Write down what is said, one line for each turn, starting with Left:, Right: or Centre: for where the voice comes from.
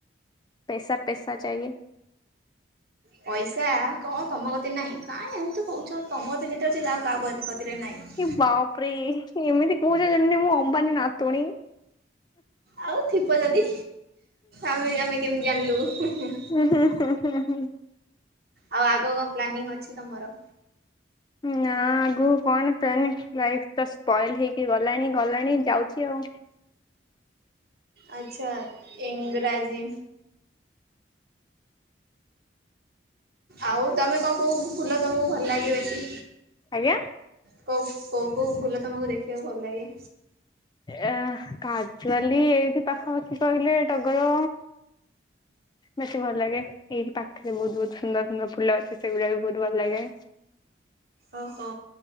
Left: ପେସା ପେସା ଚାଇଁଏ।
Right: ପଇସା କ ତମ କତି ଏତେ ନାହିଁ କାହିଁ ଏମିତି କହୁଚ ତମ କତିରେ ଯେତେ ଅଛି ଆଉକାହା କତିରେ ନାହିଁ।
Left: କି ବାପରେ ଏମିତି କହୁଚ ଯେମିତି ମୁଁ ଅମ୍ବାନୀ ନାତୁଣୀ।
Right: ଆଉ ଥିବ ଯଦି ଆମେ ଆମେ କେମିତି ଜାଣିଲୁ।
Left: ହୁଁ ହୁଁ ହୁଁ ହୁଁ ହୁଁ।
Right: ଆଉ ଆଗକୁ କଣ ପ୍ଲାନିଂ ଅଛି ତମର?
Left: ନା ଆଗକୁ କଣ ପ୍ଲାନ ଲାଇଫ୍ ତ ସ୍ପଏଲ ହେଇକି ଗଲାଣି ଗଲାଣି ଯାଉଚି ଆଉ।
Right: ଆଚ୍ଛା ଇଂରାଜୀ। ଆଉ ତମେ କଣ କ ଫୁଲ ତୁମକୁ ଭଲ ଲାଗେ ବେଶୀ?
Left: ଆଜ୍ଞା।
Right: କୋଉ କୋଉ କୋଉ ଫୁଲ ତମକୁ ଦେଖିବାକୁ ଭଲ ଲାଗେ?
Left: ଏ କାଜୁଆଲି ଏଇଠି ପାଖାପାଖି କହିଲେ ଟଗର ବେଶୀ ଭଲ ଲାଗେ ଏଇଠି ପାଖରେ ବହୁତ୍ ବହୁତ୍ ସୁନ୍ଦର ସୁନ୍ଦର ଫୁଲ ଅଛି ସେଗୁଡ଼ାକବି ବହୁତ୍ ଭଲ ଲାଗେ।
Right: ଓହୋ